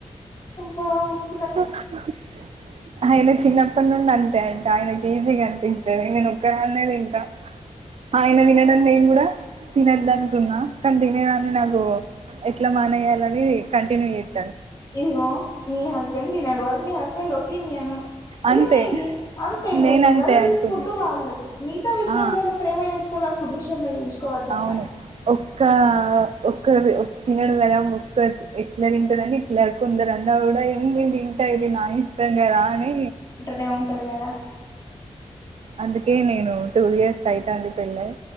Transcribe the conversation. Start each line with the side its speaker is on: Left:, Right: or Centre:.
Left: అబ్బా మస్త
Right: <unintelligible> చిన్నప్పటి నుండి అంతే అంటే ఆయన కి ఈసీ కనిపిస్తది నేను ఒక్కదాన్నే తింట ఆయన తినడనీ నేను కూడా తినద్ద అనుకున్నా కానీ తినేదాన్ని నాకు ఎట్లా మానెయ్యాల అది కంటిన్యూ అయ్యింది
Left: ఇదిగో మీ హస్బెండ్ తినడు మీ హస్బెండ్ ఒపినియన్
Right: అంతే
Left: ఇది మీది అంతే
Right: నేనంతే
Left: ఎవల్
Right: అనుకున్నా
Left: ఫుడ్ వాళ్ళది మిగతా విషయంలో
Right: ఆ
Left: ప్రేమ చేంచుకో ఫుడ్ విషయంలో చూయించుకోవద్దు అట్లా
Right: అవును ఒక్క ఒక్క తినడు కదా ఒక్క ఎట్లా తింటారుని ఇట్ల కొందరు అని అవి కూడా ఏ తింటా ఇది నా ఇష్టం కదా అని
Left: నే ఉంటారు కదా
Right: అందుకే నేను టూ ఇయర్స్ అయితంది పెళ్ళయి